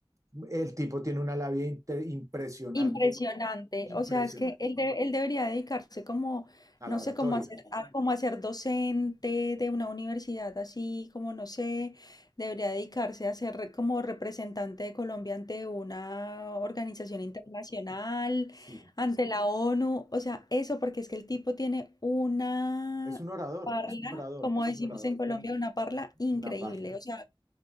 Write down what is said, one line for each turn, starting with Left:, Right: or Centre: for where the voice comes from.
Right: el tipo tiene una labia inte- impresionante,
Left: Impresionante.
Right: impresionante,
Left: O sea, es que él, de- él debería dedicarse como,
Right: a
Left: no
Right: la oratoria,
Left: sé, como a ser, a- como a ser docente de una universidad así, como no sé, debería dedicarse a ser re- como representante de Colombia ante una organización internacional,
Right: sí.
Left: ante la ONU. O sea, eso porque es que el tipo tiene una
Right: Es un orador,
Left: parla,
Right: es un orador,
Left: como
Right: es
Left: decimos
Right: un orador,
Left: en Colombia, una parla increíble.
Right: una parla.
Left: O sea,